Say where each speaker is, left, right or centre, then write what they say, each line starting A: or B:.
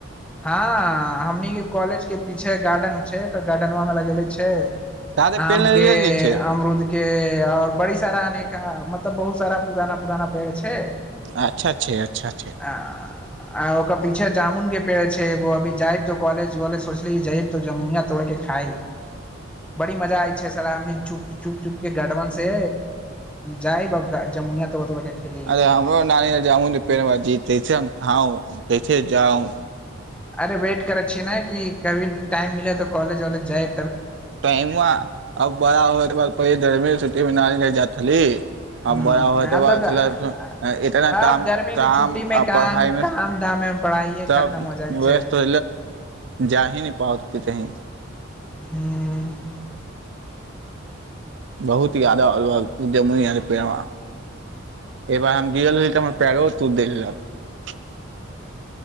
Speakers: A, in the centre; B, on the right.
A: हँ हमनि के कॉलेज के पीछे गार्डेन छै त गार्डनवां में लगेले छै
B: जादे
A: आम
B: पेड़ नहि
A: के
B: ले छै
A: अमरुद के ओर बड़ी सारा आनेका मतलब बहुत सारा पुरान पुरान पेड़ छै
B: अच्छा छै अच्छा छै
A: आ आ ओकर पीछे जामुन के पेड़ छै एगो अभी जायब तो कॉलेज वॉलेज सोचली जायब तो जमुनिया तोड़ के खायई बड़ी मजा आय छै सर चुप चुप चुप के गढ़वन से जायब जमनिया तोड़ तोड़ के खैले
B: अरे
A: छै
B: हमरो नानीामूँ पेर ब जीतैसे हम खाउ देखै छैे जाउ
A: अरे वेट करै छियै न क कभी टाइम मिलै तऽ कॉेज वॉलेज जाए
B: टाइम अब बड़ा हो गर्मी छुट्टीमे न जा छली आ
A: ह
B: बड़ा हो त
A: आब
B: ब
A: तऽ
B: छल इतना
A: आब
B: ताम
A: गर्मी के
B: ताम
A: छुट्टी मे
B: आ
A: काम
B: पढ़ाइ मे सब
A: काम धाम मे पढ़ाइए खतम हो जाइ
B: व्यस्त
A: छै
B: जा ही न पहुँचत कही
A: हँ
B: बहुत यादा उद्यमनी पेड़ एक बार हम जिर रहल तऽ हमर पैरो तू देल लेलत